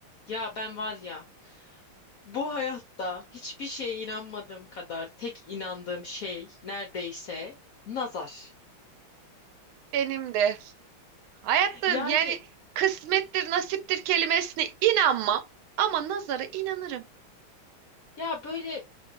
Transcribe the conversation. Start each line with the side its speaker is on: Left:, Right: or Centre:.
Left: Ya ben var ya bu hayatta hiçbir şeye inanmadığım kadar tek inandığım şey neredeyse nazar.
Right: Benim de. Hayatta
Left: Yani
Right: yani kısmettir, nasiptir kelimesine inanmam ama nazara inanırım.
Left: ya böyle